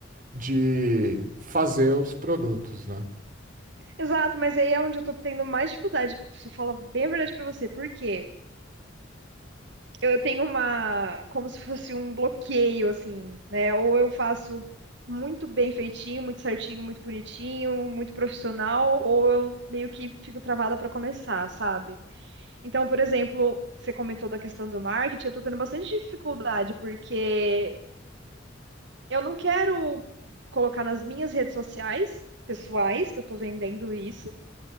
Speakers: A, on the right (about 45°); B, on the right (about 65°).
A: de fazer os produtos, né?
B: Exato, mas aí é onde eu tô tendo mais dificuldade. Se eu falar bem a verdade pra você, por quê? eu tenho uma, como se fosse um bloqueio, assim, né? Ou eu faço muito bem feitinho, muito certinho, muito bonitinho, muito profissional, ou eu meio que fico travada para começar, sabe? Então, por exemplo, você comentou da questão do marketing, eu tô tendo bastante dificuldade, porque eu não quero colocar nas minhas redes sociais pessoais que eu tô vendendo isso